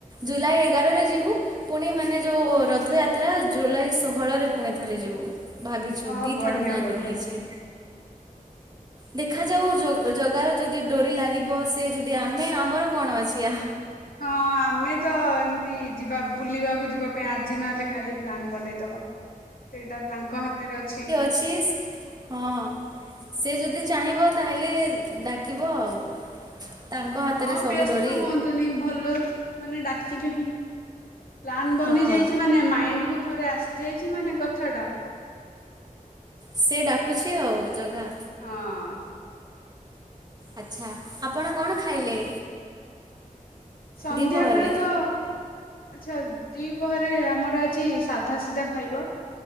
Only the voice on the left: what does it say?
ଅ
ବଢିଆ
ବଢିଆ
<unintelligible>
ହଁ ଆମେ ତ ଏମ୍ ଯି-ଯିବା ବୁଲିବାକୁ ଯିବା ପାଇଁ ଆଜି ନହେଲେ କାଲି ପ୍ଲାନ୍ ବନେଇଦବା। ସେଇଟା ତାଙ୍କ ହାତରେ ଅଛି।
ହଁ
ବେସ୍ତ
ହୁଅନ୍ତୁନି ଭଲ ମାନେ ଡାକେ କିବେ ହିଁ ପ୍ଲାନ୍ ବନିଯାଇଚି
ମାନେ ମାଇଣ୍ଡ୍ କୁ ଥରେ ଆସିଯାଇଚି ମାନେ କଥା ଟା
ହଁ।
ସନ୍ଧ୍ୟା
ବେଳେ ତ ଆଛା ଦିପହରେ ଆମର ର ଆଜି ସାଧା ସିଧା ଖାଇବା।